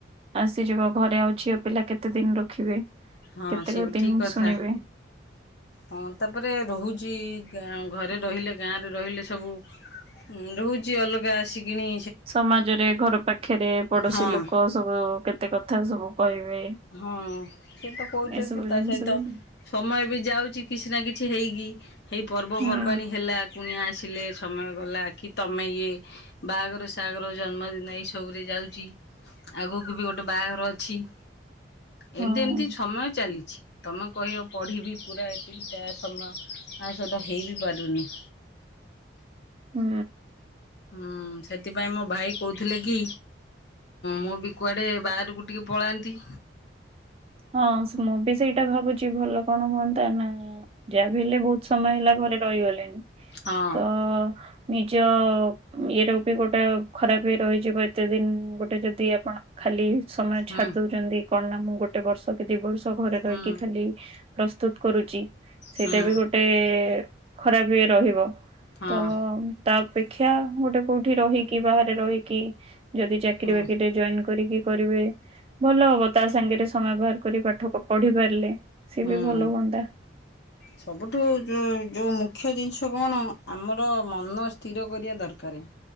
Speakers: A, on the right; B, on the left.
A: ଆସିଯିବ ଘରେ ଆଉ ଝିଅ ପିଲା କେତେ ଦିନ ରଖିବେ?
B: ହଁ
A: କେତେକ
B: ସେ ବି
A: ଦିନ
B: ଠିକ୍ କଥା।
A: ଶୁଣିବେ।
B: ହଁ ତାପରେ ରହୁଚି ଗାଁ ଘରେ ରହିଲେ ଗାଁରେ ରହିଲେ ସବୁ ମୁଁ ରହୁଚି ଅଲଗା ଆସିକିନି
A: ସମାଜରେ ଘର ପାଖେରେ ପଡୋଶୀ
B: ହଁ
A: ଲୋକ ସବୁ କେତେ କଥା ସବୁ କହିବେ।
B: ହଁ ସିଏ ତ କହୁଚନ୍ତି
A: ଏସବୁ
B: ତା
A: ଜିନିଷ
B: ସହିତ
A: ବି
B: ତ ମୁଁ ଏବେ ଯାଉଚି କିଛି ନା କିଛି ହେଇକି ହେଇ ପର୍ବପର୍ବାଣୀ
A: ହୁଁ
B: ହେଲା କୁଣିଆ ଆସିଲେ ସମୟ ଗଲା କି ତମେ ଇଏ ବାହାଘର ସାହାଘର ଜନ୍ମଦିନ ଏଇ ସବୁରେ ଯାଉଚି ଆଗୁକୁ ବି ଗୋଟେ ବାହାଘର ଅଛି।
A: ହଁ।
B: ଏମତି ଏମତି ସମୟ ଚାଲିଛି। ତମେ କହିବ ପଢିବି ପୁରା ଏତିକିଟା ସମୟ ଆଉ ସେଟା ହେଇ ବି ପାରୁନି।
A: ହୁଁ।
B: ହୁଁ ସେଥିପାଇଁ ମୋ ଭାଇ କହୁଥିଲେ କି ମୁଁ ବି କୁଆଡେ ବାହାରୁକୁ ଟିକେ ପଳାନ୍ତି।
A: ହଁ ସ୍ ମୁଁ ବି ସେଇଟା ଭାବୁଚି ଭଲ କଣ ହୁଅନ୍ତା ନା ଯାହା ବି ହେଲେ ବୋହୁତ ସମୟ ହେଲା ଘରେ ରହିଗଲେନି
B: ହଁ
A: ତ ନିଜ ଉଁ ଇଏ ର ବି ଗୋଟା ଉ ଖରାପ ଇଏ ରହିଯିବ ଏତେ ଦିନ ଗୋଟେ ଯଦି ଆପଣ ଖାଲି ସମୟ
B: ହୁଁ
A: ଛାଡି ଦଉଚନ୍ତି କଣ ନା ମୁଁ ଗୋଟେ ବର୍ଷ କି ଦି ବର୍ଷ ଘରେ ରହିକି
B: ହୁଁ
A: ଖାଲି ପ୍ରସ୍ତୁତ କରୁଚି ସେଇଟା
B: ହୁଁ
A: ବି ଗୋଟେ ଖରାପ ଇଏ ରହିବ।
B: ହଁ
A: ତ ଉଁ ତା ଅପେକ୍ଷା ଗୋଟେ କୋଉଠି ରହିକି ବାହାରେ ରହିକି ଯଦି ଚାକିରୀ
B: ହଁ
A: ବାକିରିରେ ଜଏନ୍ କରିକି କରିବେ ଭଲ ହବ ତା ସାଙ୍ଗେରେ ସ୍ ସମୟ ବାହାର କରି ପାଠ ପ ପଢି ପାରିଲେ ସିଏ
B: ହୁଁ।
A: ବି ଭଲ ହୁଅନ୍ତା।
B: ସବୁଠୁ ଯୋଉ ଯୋଉ ମୁଖ୍ୟ ଜିନିଷ କଣ ଆମର ମନ ସ୍ଥିର କରିବା ଦରକାରେ।